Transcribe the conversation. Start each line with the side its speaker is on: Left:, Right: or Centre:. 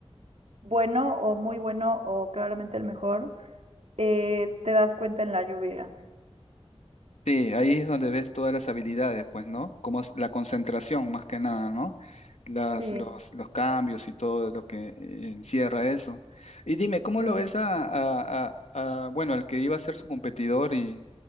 Right: bueno o muy bueno o claramente el mejor, eh, te das cuenta en la lluvia.
Left: Sí, ahí es donde ves todas las habilidades, pues, ¿no? Como es la concentración más que nada, ¿no? Las,
Right: Sí,
Left: los, los cambios y todo lo que eh, encierra eso. Y dime,
Right: sí.
Left: ¿cómo lo ves a, a- a- a, bueno, al que iba a ser su competidor y,